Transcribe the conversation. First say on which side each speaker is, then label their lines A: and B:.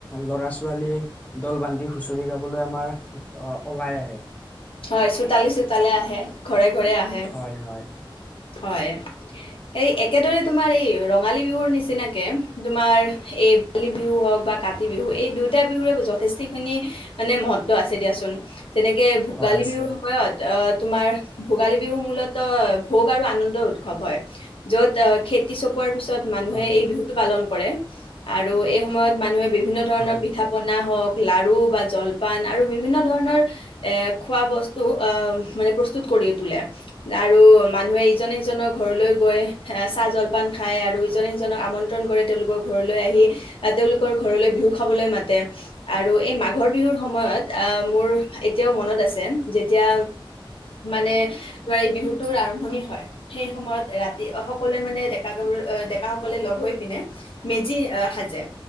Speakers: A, on the left; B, on the left.
A: ল'ৰা ছোৱালীয়ে দল বান্ধি হুঁচৰি গাব সকলোৱে আমাৰ অ ওলাই আহে
B: হয়, চোতালে-চোতালে আহে, ঘৰে-ঘৰে আহে।
A: হয় হয়
B: হয়। এই একেদৰে তোমাৰ এই ৰঙালী বিহুৰ নিচিনাকে তোমাৰ এই বালী বিহু হওক বা কাতি বিহু এই দুয়োটা বিহুৰে যথেষ্টিখিনি মানে মহত্ব আছে দিয়াচোন। তেনেকে ভোগালী
A: হয় আছে
B: বিহুৰ সময়ত আহ তোমাৰ ভোগালী বিহু মূলতঃ ভোগ আৰু আনন্দ উৎসৱ হয়। য'ত খেতি চপোৱাৰ পিছত মানুহে
A: হয়
B: এই বিহুটো পালন ক কৰে আৰু এই সময়ত মানুহে বিভিন্ন ধৰণৰ
A: হয়
B: পিঠা-পনা হওঁক লাৰু বা জলপান আৰু বিভিন্ন ধৰণৰ এ খোৱা বস্তু অ মানে প্ৰস্তুত কৰি কৰি তোলে আৰু মানুহে ইজনে সিজনৰ ঘৰলৈ গৈ চাহ জলপান খায় আৰু ইজনে সিজনক আমন্ত্ৰণ কৰে তেওঁলোকৰ ঘৰলৈ আহি। আহ তেওঁলোকৰ ঘৰলৈ বি বিহু খাবলৈ মাতে আৰু এই মাঘৰ বিহুৰ সময়ত মোৰ এতিয়াও মনত আছে এতিয়া মানে তোমাৰ এই বিহুটোৰ আৰম ভনি হয় সেই সময়ত ৰাতি সকলোৱে মানে ডেকা-গাভৰু, ডেকা সকলে লগ হৈ পিনে মেজি সাজে